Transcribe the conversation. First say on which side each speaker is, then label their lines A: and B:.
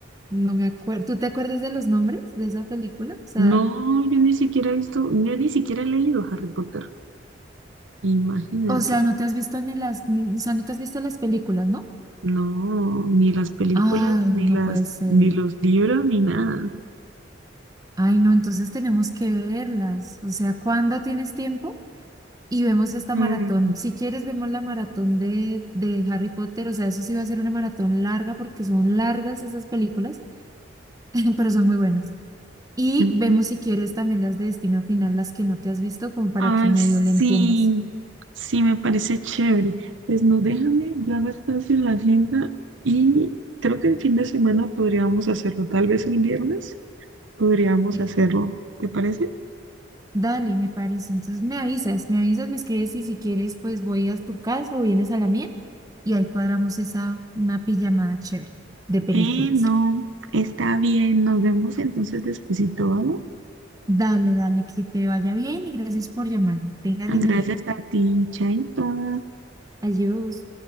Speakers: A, on the right; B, on the right.
A: no me acuerdo. ¿Tú te acuerdas de los nombres de esa película? O sea,
B: no, yo ni siquiera he visto, yo ni siquiera he leído Harry Potter. Imagínate,
A: o sea, no te has visto ni las. ni- o sea, no te has visto las películas, ¿no?
B: no, ni las películas,
A: Ay,
B: ni
A: no
B: las,
A: puede ser.
B: ni los libros, ni nada.
A: Ay, no, entonces tenemos que verlas. O sea, ¿cuándo tienes tiempo? Y vemos esta
B: Mm,
A: maratón. Si quieres, vemos la maratón de, de Harry Potter. O sea, eso sí va a ser una maratón larga porque son largas esas películas. <laughs> pero son muy buenas. Y
B: mm.
A: vemos si quieres también las de Destino Final, las que no te has visto, como para
B: Ay,
A: que medio
B: sí,
A: le entiendas.
B: sí, me parece chévere. Pues no, déjame, yo hago espacio en la agenda y creo que el fin de semana podríamos hacerlo, tal vez el viernes podríamos
A: Eh,
B: hacerlo, ¿te parece?
A: dale, me parece. Entonces me avisas, me avisas, me escribes y si quieres, pues voy a tu casa o vienes a la mía y ahí cuadramos esa, una pijamada chévere de películas.
B: Eh, no, está bien, nos vemos entonces despuesito, ¿vale?
A: Dale, dale, que te vaya bien y gracias por llamarme. Tengas
B: Gracias
A: lindo día.
B: a ti, Chaito.
A: Adiós.